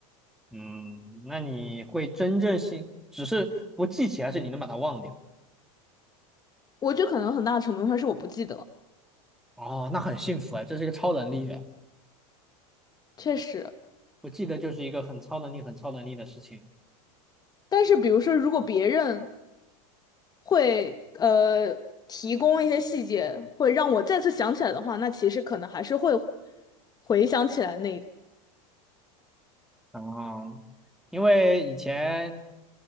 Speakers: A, in the centre; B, on the left (about 20°).
A: 嗯，那你会真正信，只是不记起来，是你能把它忘掉。
B: 我觉得可能很大程度上是我不记得，
A: 哦，那很幸福哎，这是一个超能力哎，
B: 确实。
A: 不记得就是一个很超能力、很超能力的事情。
B: 但是比如说，如果别人会呃提供一些细节，会让我再次想起来的话，那其实可能还是会回想起来那一。
A: 嗯，因为以前